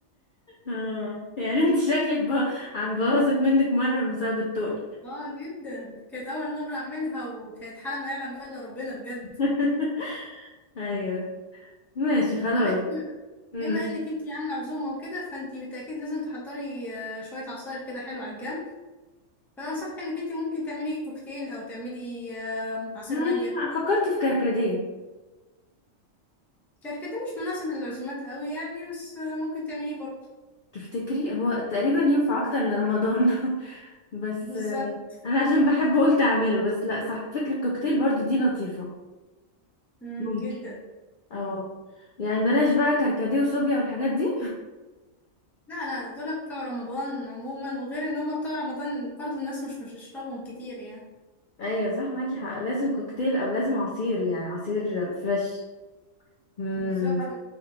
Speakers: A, on the left (about 60°); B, in the centre.
A: اه يعني انت شكلك ب... عم بوظت منك مرة بسبب التقل
B: اه جدا كانت اول مرة اعملها وكانت حالة ما يعلم بقى الا ربنا بجد
A: <laughs> ايوه ماشي خلاص
B: طب انت ب- بما
A: امم
B: انك انت عامله عزومه وكده فانت بالتاكيد لازم تحضري آه، شويه عصاير كده حلوه على الجنب فانا انصحك انك انت ممكن تعملي كوكتيل او تعملي آه، عصير
A: ماشي
B: مانجا
A: فكرت في كركديه
B: شارك ده مش مناسب للعزومات قوي يعني بس آه، ممكن تعمليه برضه
A: تفتكري هو تقريبا ينفع اكتر لرمضان <laughs> بس
B: بالظبط
A: آه، انا عشان بحبه قلت اعمله بس لا صح فكرة الكوكتيل برضو دي لطيفة
B: مم،
A: ممكن
B: جدا
A: اه يعني بلاش بقى كركديه وصوبيا والحاجات دي
B: لا لا دول بتوع رمضان عموما وغير ان هم بتوع رمضان برضه الناس مش مش بتشربهم كتير يعني
A: <laughs> ايوه صح معاكي حق لازم كوكتيل او لازم عصير يعني عصير فريش امم
B: بالظبط هو